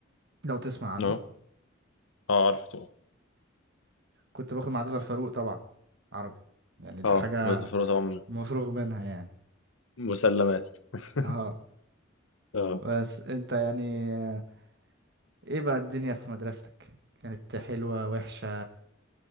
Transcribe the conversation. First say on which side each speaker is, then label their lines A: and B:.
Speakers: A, on the right; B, on the left.
A: لو تسمع عنه
B: اه اه عارف
A: كنت باخد مع دكتور فاروق طبعا عربي يعني ده
B: اه
A: حاجة
B: مولد الفروة طبعا
A: مفروغ منها يعني
B: مسلمات <laughs>
A: اه
B: اه
A: بس انت يعني آه، ايه بقى الدنيا في مدرستك كانت حلوة وحشة